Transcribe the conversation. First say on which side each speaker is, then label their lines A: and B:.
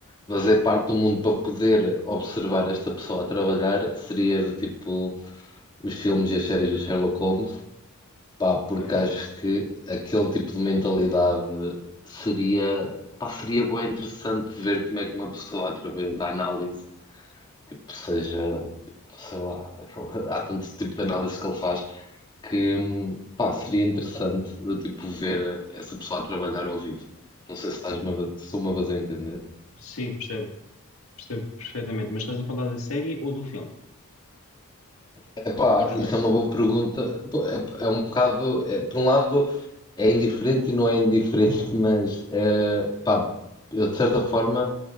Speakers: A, on the left; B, on the left.
A: de fazer parte do mundo para poder observar esta pessoa a trabalhar, seria do tipo os filmes e as séries do Sherlock Holmes, pá, porque
B: Ok.
A: acho que aquele tipo de mentalidade seria, pá, seria bué interessante ver como é que uma pessoa, através da análise, tipo, seja, tipo, sei lá, <laughs> há tanto tipo de análise que ele faz, que hum, pá, seria interessante de, tipo, ver essa pessoa a trabalhar ao vivo. Não sei se estás-me a, va- se estou-me a fazer entender.
B: Sim, percebo. Percebo perfeitamente. Mas estás a falar da série ou do filme?
A: Epá,
B: Ou dos
A: isso
B: dois?
A: é uma boa pergunta. Pô, É, é um bocado, é, por um lado, é indiferente e não é indiferente, <laughs> mas eh, pá, eu de certa forma,